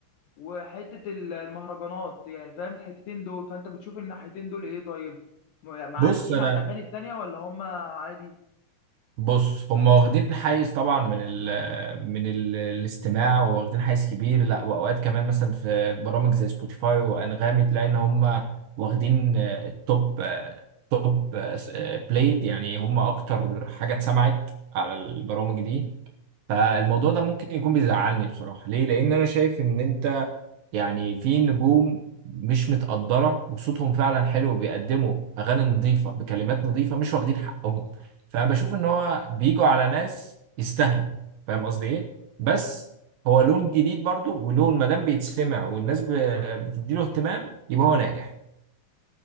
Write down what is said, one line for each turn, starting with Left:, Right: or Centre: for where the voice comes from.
Left: وحته ال- المهرجانات يعني فاهم الحتتين دول فانت بتشوف الناحيتين دول ايه طيب م- يعني معديين
Right: بص انا
Left: على الاغاني التانيه ولا هم عادي
Right: بص هم واخدين حيز طبعا من ال من ال الاستماع واخدين حيز كبير لا واوقات كمان مثلا في برامج زي سبوتيفاي وانغامي تلاقي ان هم واخدين آه، التوب آه، توب آه، س- آه، بلايد يعني هم اكتر حاجه اتسمعت على البرامج دي فالموضوع ده ممكن يكون بيزعلني بصراحة ليه؟ لأن أنا شايف إن أنت يعني في نجوم مش متقدرة وصوتهم فعلا حلو بيقدموا أغاني نظيفة بكلمات نظيفة مش واخدين حقهم فبشوف إن هو بيجوا على ناس يستاهلوا فاهم قصدي إيه؟ بس هو لون جديد برضو ولون مادام بيتسمع والناس ب- بتديله اهتمام يبقى هو ناجح